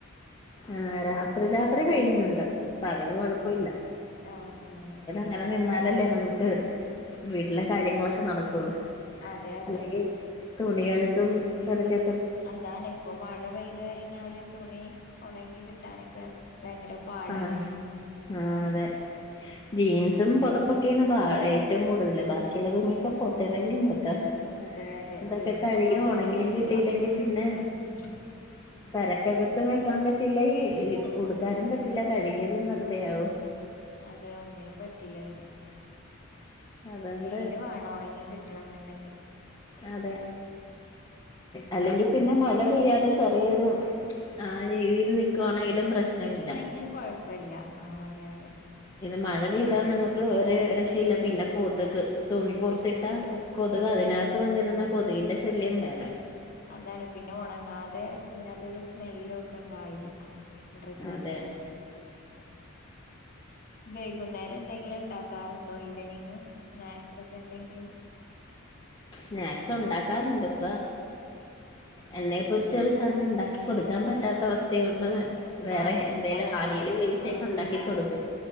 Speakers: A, on the left (about 20°); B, on the left (about 40°).
A: ആഹ് രാത്രി രാത്രി പെയ്യുന്നുത് പകല് കൊഴപ്പല്ല
B: ആഹ് ആഹ്
A: അങ്ങനെ നിന്നാലല്ലേ നമുക്ക് വീട്ടിലെ കാര്യങ്ങളൊക്കെ നടക്കുള്ളൂ
B: അതെ അതെ
A: അല്ലെങ്കിൽ തുണികഴക്കും പറക്കൊ
B: അതാണ് ഇപ്പൊ മഴ പെയ്ത് കഴിഞ്ഞാല് തുണി ഉണങ്ങി കിട്ടാനൊക്കെ ഭയങ്കര പാടല്ലേ
A: ആഹ് ആഹ് അതെ ജീൻസും പുതപ്പൊക്കെയാണ് ഏറ്റവും കൂടുതല് ബാക്കിയുള്ള തൂങ്ങിയൊക്കെ പോട്ടേന്തെങ്കിലും വെക്കാ
B: അതെ അതെ
A: ഇതൊക്കെ
B: ജീൻസ്
A: കഴുകി
B: ഒന്നും ഒണങ്ങി
A: ഉണങ്ങയും
B: കിട്ടൂല
A: കിട്ടിയില്ലെങ്കിൽ പിന്നെ
B: ഉം
A: പര റ്റകത്തും വെക്കാൻ പറ്റില്ല ഈ ഉടുക്കാനും പറ്റില്ല കഴുകിയതും വെറുതെ ആവും
B: അതെ ഒന്നിനും പറ്റില്ല പിന്നെ
A: അതുകൊണ്ട്
B: വെയിയില് വേണം ഉണങ്ങി കിട്ടണ എന്നുണ്ടെങ്കിൽ
A: അതെ അല്ലെങ്കിൽ പിന്നെ മഴ പെയ്യാതെ ചെറിയൊരു ആ രീതിയിൽ നിക്കുവാണെങ്കിലും പ്രശ്നമില്ല
B: <unintelligible> ഇപ്പല്ല ആഹ് അതെ അതെ
A: ഇത് മഴ പെയ്ത നമ്മക്ക്- ഇത്‌ ഒരു രക്ഷയില്ല പിന്നെ കൊതുക് തുണി പൊറത്തിട്ട കൊതുക് അതിനകത്ത്- അകത്ത് വന്നിരുന്ന കൊതുകിന്റെ ശല്യം വേറെ
B: അതാണ് പിന്നെ ഒണങ്ങാതെ പിന്നെ അതൊരു സ്മെല്ലും- ഒക്കെ ആയിരിക്കും ഡ്രസ്-
A: അതെ
B: വൈകുന്നേരം എന്തെങ്കിലും ഇണ്ടാക്കാറുണ്ടോ ഈവനിങ് സ്നാക്സ് ഒക്കെ എന്തെങ്കിലും-
A: സ്നാക്സ് ഒണ്ടാക്കാറുണ്ട് ഇപ്പൊ- എണ്ണയെ പൊരിച്ച് ഒരു സാധനം ഉണ്ടാക്കി കൊടുക്കാൻ പറ്റാത്ത അവസ്ഥ കൊണ്ട് - വേറെ
B: ആഹ്
A: എന്തേലും
B: ഉണ്ടാക്കാറില്ല
A: ആവിൽ വേവിച്ചൊക്കെ
B: ആഹ്
A: ഒണ്ടാക്കി കൊടുക്കും